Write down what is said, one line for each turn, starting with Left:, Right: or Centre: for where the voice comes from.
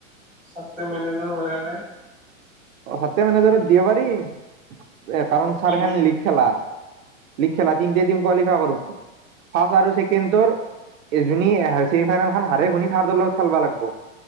Centre: সাত্তে মেনেজাৰ হৈ <unintelligible>
Right: অ <unintelligible> মেনেজৰত দিয়ে পাৰি এ কাৰণ ছাৰ
Centre: কি বস্তু
Right: হেন লীগ খেলা লীগ খেলা তিনটে টিম কোৱালিফাই কৰ্ব ফাৰ্ষ আৰু ছেকেণ্ড তোৰ এজনীয়ে ছেমি ফাইনেল খন হাৰে শুনি থাৰ দল খেলবা লাগব